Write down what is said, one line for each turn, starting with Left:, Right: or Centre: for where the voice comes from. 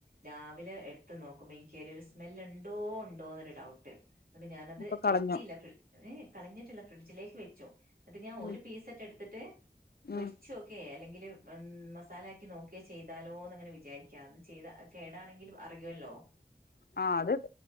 Right: രാവിലെ എടുത്ത് നോക്കുമ്പോ ഇനിക്ക് അയിലൊരു സ്മെല്ല് ണ്ടോ ഉണ്ടോന്നൊരു ഡൗട്ട്. ന്നട്ട് ഞാനത്
Left: അപ്പൊ കളഞ്ഞു
Right: എടുത്തീല്ല. ഫ്രി ഏ ഏ കളഞ്ഞിട്ടില്ല. ഫ്രിഡ്ജിലേക്ക് വെച്ചു അത് ഞാ ഒരു
Left: ഉം
Right: പീസറ്റെ എടുത്തിട്ട് പൊരി.
Left: ഉം
Right: ഒക്കെ അല്ലെങ്കില് മസാലാക്കി നോക്കേ ചെയ്താലോന്ന്ങ്ങനെ വിചാരിക്കാന്ന് ചെയ്താ കേടാണെങ്കിലും അറിയുല്ലോ.
Left: ആഹ് അത്